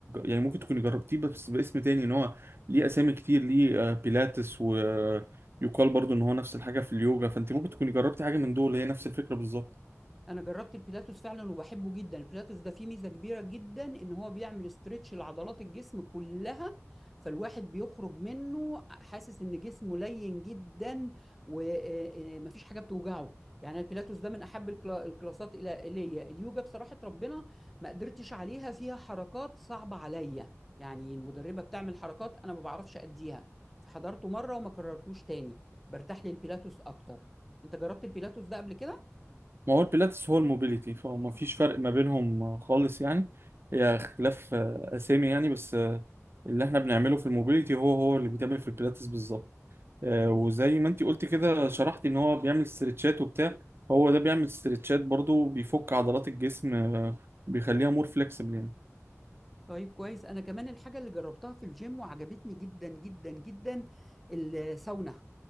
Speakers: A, on the right; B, in the centre.
A: يعني ممكن تكوني جربتيه بس باسم تاني ان هو ليه اسامي كتير ليه آه، بيلاتس ويقال برضو ان هو نفس الحاجه في اليوجا فانت ممكن تكوني جربتي حاجه من دول هي نفس الفكره بالظبط
B: انا جربت البيلاتوس فعلا وبحبه جدا البيلاتوس ده فيه ميزه كبيره جدا ان هو بيعمل استرتش لعضلات الجسم كلها فالواحد بيخرج منه حاسس ان جسمه لين جدا ومفيش حاجه بتوجعه يعني البيلاتوس ده من احب الكلا- الكلاسات الى الي اليوجا بصراحه ربنا ما قدرتش عليها فيها حركات صعبه عليا يعني المدربه بتعمل حركات انا ما بعرفش اديها فحضرته مره وما كررتوش تاني برتاح للبيلاتوس اكتر انت جربت البيلاتوس ده قبل كده
A: ما هو البيلاتس هو الموبيليتي فما فيش فرق ما بينهم آه، خالص يعني هي اختلاف آه، اسامي يعني بس آه، اللي احنا بنعمله في الموبيليتي هو هو اللي بيتعمل في البيلاتس بالظبط آه، وزي ما انت قلت كده شرحتي ان هو بيعمل استرتشات وبتاع هو ده بيعمل استرتشات برضو بيفك عضلات الجسم آه، بيخليها مور فليكسبل يعني
B: طيب كويس انا كمان الحاجه اللي جربتها في الجيم وعجبتني جدا جدا جدا الساونا